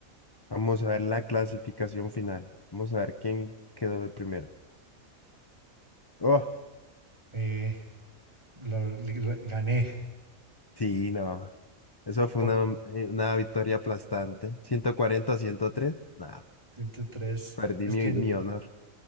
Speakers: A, on the left; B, on the right.
A: Vamos a ver la clasificación final. Vamos a ver quién quedó de primero. Oh,
B: Eh, lo- lo- gané
A: sí, no. Eso fue
B: por
A: una, eh, una victoria aplastante. 140 a 103. Nah,
B: 103.
A: perdí
B: Es
A: mi,
B: que el-
A: mi honor.